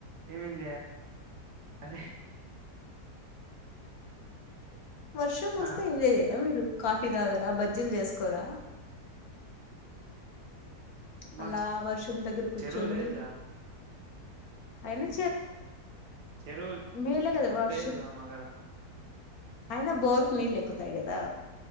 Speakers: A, on the right; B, on the left.
A: ఏమేమి చేయాలి అరే
B: వర్షం వస్తే
A: ఆ,
B: ఎంజాయ్ చేయాలి మీరు కాఫీ తాగరా బజ్జీలు చేసుకోరా
A: మాకు
B: అలా వర్షం దగ్గర కూర్చోని
A: చెరువు లేదుగా
B: అయినా
A: చెరువు
B: మేలే కదా వర్షం
A: లేదుగా మాకాడ
B: అయినా బోర్కు నీళ్ళు ఎక్కుతాయి కదా